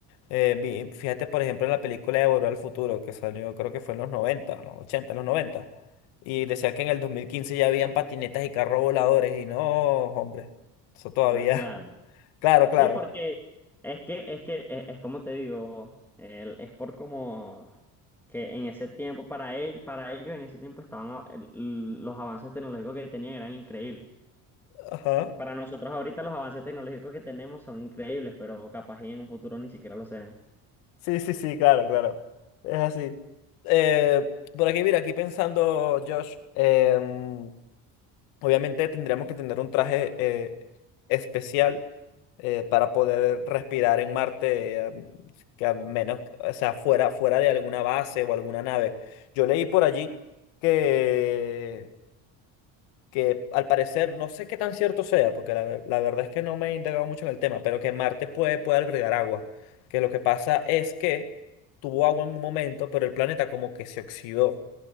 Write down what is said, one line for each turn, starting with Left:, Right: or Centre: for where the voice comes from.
Left: eh, vi- fíjate por ejemplo en la película de Volver al Futuro que salió creo que fue en los 90 los 80 los 90 y decía que en el 2015 ya habían patinetas y carros voladores y no, hombre, eso todavía,
Centre: No, claro.
Left: <laughs> claro, claro,
Centre: Sí, porque es que, es que, e- es, como te digo, el- es por como que en ese tiempo, para él, para ellos en ese tiempo estaban a- el- los avances tecnológicos que tenían eran increíbles.
Left: ajá,
Centre: Y para nosotros ahorita los avances tecnológicos que tenemos son increíbles, pero capaz y en un futuro ni siquiera lo sean.
Left: sí, sí, sí, claro, claro, es así. Eh, por aquí, mira, aquí pensando, Josh, em, Obviamente tendríamos que tener un traje eh, especial eh, para poder respirar en Marte, eh, am- que a menos, o sea, fuera, fuera de alguna base o alguna nave. Yo leí por allí que, que al parecer, no sé qué tan cierto sea, porque la, ver- la verdad es que no me he indagado mucho en el tema, pero que Marte puede, puede albergar agua. Que lo que pasa es que tuvo agua en un momento, pero el planeta como que se oxidó.